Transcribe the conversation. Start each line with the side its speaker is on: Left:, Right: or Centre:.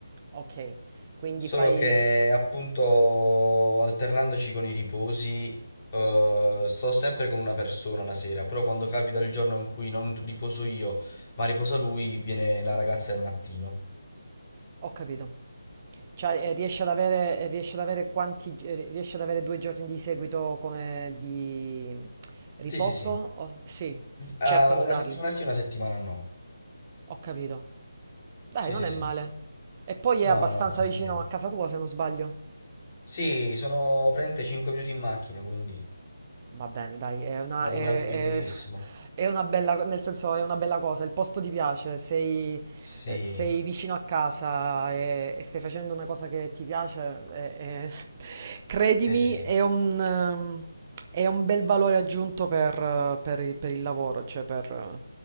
Right: Ok, quindi
Left: Solo
Right: fai...
Left: che appunto alternandoci con i riposi, eh, sto sempre con una persona la sera, però quando capita il giorno in cui non riposo io, ma riposa lui, viene la ragazza del mattino.
Right: Ho capito. Cioè, eh, riesce ad avere, eh, riesce ad avere quanti, eh, riesce ad avere due giorni di seguito come di riposo?
Left: Sì, sì, sì.
Right: Oh, sì,
Left: Ah,
Right: cercano
Left: una
Right: di darli.
Left: settimana sì, una settimana no.
Right: Ho capito. Dai,
Left: Sì,
Right: non
Left: sì,
Right: è
Left: sì.
Right: male. E poi è abbastanza
Left: No, no, per
Right: vicino
Left: niente.
Right: a casa tua, se non sbaglio.
Left: Sì, sono praticamente 5 minuti in macchina, quindi
Right: Va bene, dai, è una,
Left: vado
Right: è-
Left: tranquillissimo.
Right: è- è una bella, co- nel senso, è una bella cosa, il posto ti piace, sei,
Left: Sì,
Right: eh, sei vicino a casa e, e stai facendo una cosa che ti piace, è- è- <laughs> credimi,
Left: sì, sì, sì.
Right: è un, ehm, è un bel valore aggiunto per, eh, per il per il lavoro, cioè per, eh,